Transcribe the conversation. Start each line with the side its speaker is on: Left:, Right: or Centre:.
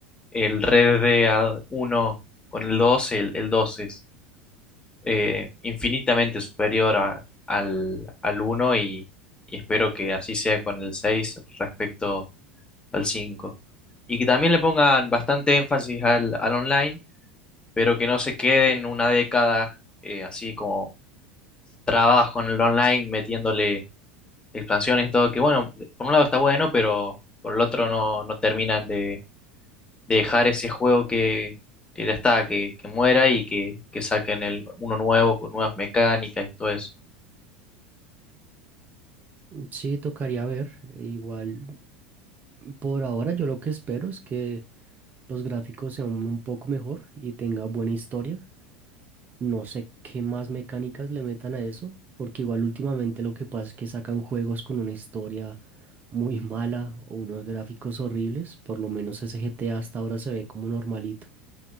Left: el Red Dead uno con el 2 el, el 2 es eh, infinitamente superior a- al, al uno y, y espero que así sea con el 6 respecto al cinco Y que también le pongan bastante énfasis al, al online, pero que no se quede en una década eh, así como trabajo en el online metiéndole expansiones y todo, que bueno, de- por un lado está bueno, pero por el otro no, no terminan de, de dejar ese juego que, que ya está, que, que muera y que, que saquen el, uno nuevo con nuevas mecánicas y todo eso.
Right: Sí, tocaría ver. e Igual, por ahora yo lo que espero es que los gráficos sean un poco mejor y tenga buena historia. No sé qué más mecánicas le metan a eso, porque igual últimamente lo que pasa es que sacan juegos con una historia muy <laughs> mala o unos gráficos horribles, por lo menos ese GTA hasta ahora se ve como normalito.